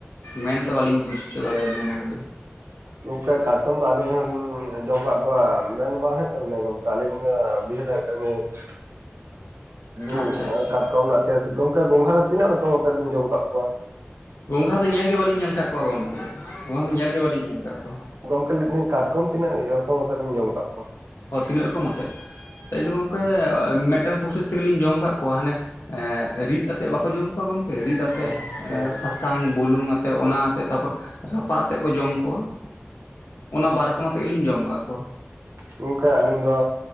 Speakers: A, on the left; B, on the right.
A: ᱢᱮᱱᱛᱮ ᱵᱟᱞᱤᱧ ᱵᱩᱡᱽ ᱦᱚᱪᱚ ᱫᱟᱲᱮᱭᱟᱵᱤᱱᱟ ᱜᱚᱢᱠᱮ
B: ᱜᱚᱢᱠᱮ ᱠᱟᱴᱠᱚᱢ ᱫᱚ ᱟᱹᱞᱤᱧ ᱦᱚᱸᱞᱤᱧ ᱡᱚᱢ ᱠᱟᱜ ᱠᱚᱣᱟ ᱢᱮᱱ ᱵᱟᱝ ᱦᱩᱭᱩᱜ ᱛᱟᱵᱤᱱᱟ ᱜᱚᱢᱠᱮ ᱟᱹᱞᱤᱧ ᱫᱚ ᱵᱩᱡᱷᱟᱹᱣ ᱫᱟᱲᱮᱜ <unintelligible>
A: ᱟᱪᱪᱷᱟ ᱟᱪᱪᱷᱟ
B: ᱠᱟᱴᱠᱟᱢ ᱨᱮᱱᱟᱜ <unintelligible> ᱜᱚᱢᱠᱮ ᱜᱚᱝᱜᱷᱟ ᱫᱚ ᱛᱤᱱᱟᱹᱜ ᱨᱚᱠᱚᱢ ᱟᱛᱮᱫ ᱵᱤᱱ ᱡᱚᱢ ᱠᱟᱜ ᱠᱚᱣᱟ
A: ᱜᱚᱝᱜᱷᱟ ᱫᱚ ᱧᱮᱞ ᱜᱮ ᱵᱟᱹᱞᱤᱧ ᱧᱮᱞ ᱟᱠᱟᱫ ᱠᱚᱣᱟ ᱜᱚᱢᱠᱮ ᱠᱚᱱᱚ ᱫᱤᱱ ᱧᱮᱞ ᱜᱮ ᱵᱟᱹᱞᱤᱧ ᱧᱮᱞ ᱠᱟᱜ ᱠᱚᱣᱟ
B: ᱜᱚᱢᱠᱮ ᱞᱟᱹᱭ ᱫᱟᱞᱤᱧ ᱠᱟᱴᱠᱚᱢ ᱛᱤᱱᱟᱹᱜ ᱨᱚᱠᱚᱢ ᱟᱛᱮ ᱵᱤᱱ ᱡᱚᱢ ᱟᱠᱟᱫ ᱠᱚᱣᱟ
A: ᱚ ᱛᱤᱱᱟᱹᱜ ᱨᱚᱠᱚᱢᱟᱛᱮᱫ ᱟᱹᱞᱤᱧ ᱫᱚ ᱜᱚᱝᱠᱮ ᱢᱤᱫᱴᱮᱱ ᱯᱨᱚᱥᱮᱥ ᱛᱮᱜᱮᱞᱤᱧ ᱡᱚᱢ ᱟᱠᱟᱫ ᱠᱚᱣᱟ ᱦᱟᱱᱮ ᱨᱤᱫ ᱟᱛᱮᱜ ᱵᱟᱠᱚ ᱡᱚᱢ ᱠᱚᱣᱟ ᱜᱚᱢᱠᱮ ᱨᱤᱫ ᱟᱛᱮᱜ
B: ᱦᱮᱸ ᱦᱮᱸ
A: ᱥᱟᱥᱟᱝ ᱵᱩᱞᱩᱝ ᱟᱛᱮᱜ ᱚᱱᱟ ᱟᱛᱮᱫ ᱛᱟᱯᱚᱨ ᱨᱟᱯᱟᱜ ᱟᱛᱮᱫ ᱠᱚ ᱡᱚᱢ ᱠᱚᱣᱟ ᱚᱱᱟ ᱵᱟᱨ ᱨᱚᱠᱚᱢ ᱟᱛᱮᱫ ᱜᱮᱞᱤᱧ ᱡᱚᱢ ᱟᱠᱟᱫ ᱠᱚᱣᱟ <inaudible>
B: ᱜᱚᱢᱠᱮ ᱟᱹᱞᱤᱧ ᱫᱚ